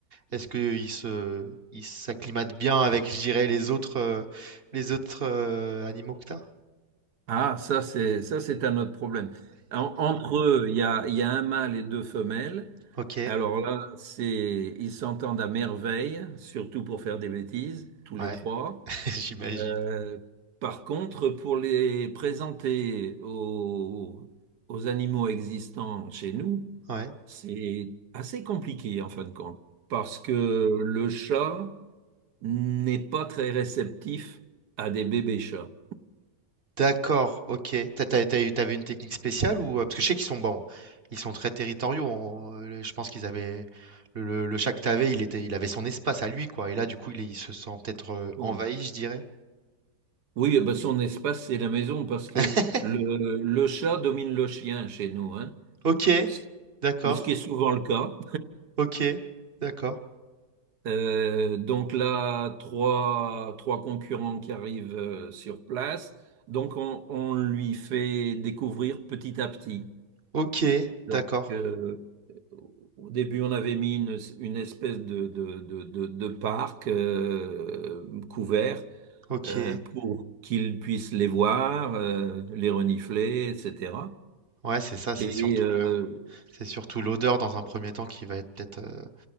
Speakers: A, on the right (about 35°); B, on the right (about 70°).
A: est-ce qu'ils se, ils s'acclimatent bien avec, je dirais, les autres, euh, les autres euh, animaux que t'as?
B: Ah, ça c'est ça c'est un autre problème. En- entre eux, il y a, il y a un mâle et deux femelles.
A: Ok,
B: Alors là, c'est ils s'entendent à merveille, surtout pour faire des bêtises, tous les
A: ouais,
B: trois.
A: <laughs> j'imagine.
B: Euh, par contre, pour les présenter aux, aux animaux existants chez nous,
A: Ouais.
B: C'est assez compliqué en fin de compte, parce que le chat n'est pas très réceptif à des bébés chats.
A: D'accord, OK. T'as, t'as, t'as eu t'avais une technique spéciale ou euh, parce que je sais qu'ils sont bons, ils sont très territoriaux. en- euh, je pense qu'ils avaient le, le, le chat que t'avais, il était, il avait son espace à lui quoi. Et là, du coup, il, est- il se sent peut-être euh,
B: Bon.
A: envahi, je dirais.
B: Oui, eh ben, son espace, c'est la maison, parce que
A: <laughs>
B: le, le chat domine le chien chez nous, hein.
A: Ok,
B: Ce
A: d'accord.
B: mais ce qui est souvent le cas.
A: Ok, d'accord.
B: Euh, donc là, trois, trois concurrents qui arrivent euh, sur place, donc on, on lui fait découvrir petit à petit.
A: Ok,
B: Donc,
A: d'accord.
B: euh, Au début, on avait mis une, une espèce de, de, de, de- de parc euh, couvert
A: Ok.
B: euh, pour qu'ils puissent les voir, euh, les renifler, etc.
A: Ouais, c'est ça, c'est
B: Et
A: surtout
B: euh,
A: le, c'est surtout l'odeur dans un premier temps qui va être peut-être euh,